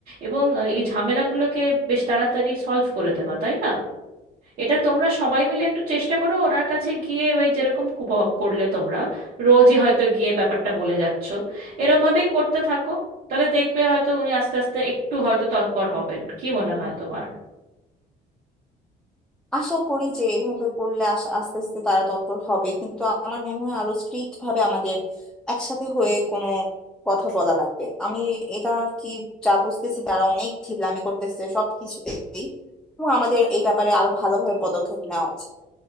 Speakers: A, on the right; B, in the centre.
A: এবং আহ, এই ঝামেলাগুলোকে বেশ তাড়াতাড়ি সলভ করে দেওয়া তাই না এটা তোমরা সবাই মিলে একটু চেষ্টা করো ওনার কাছে গিয়ে ওই যেরকম কুব- করলে তোমরা রোজই হয়তো গিয়ে ব্যাপারটা বলে যাচ্ছ এরম ভাবেই করতে থাকো তাহলে দেখবে হয়তো উনি আস্তে আস্তে একটু হয়তো তৎপর হবেন কি মনে হয় তোমার
B: আশা করি যে এভাবে করলে আস- আস্তে আস্তে তারা তৎপর হবে কিন্তু আমার মনে হয় আরো স্ট্রিক্ট ভাবে আমাদের একসাথে হয়ে কোনো কথা বলা লাগবে আমি এটা আর কি যা বুঝতেছি তারা অনেক ঢিলামি করতেছে সব কিছুতেই এবং আমাদের এই ব্যাপারে আরো ভালোভাবে পদক্ষেপ নেওয়া উচিত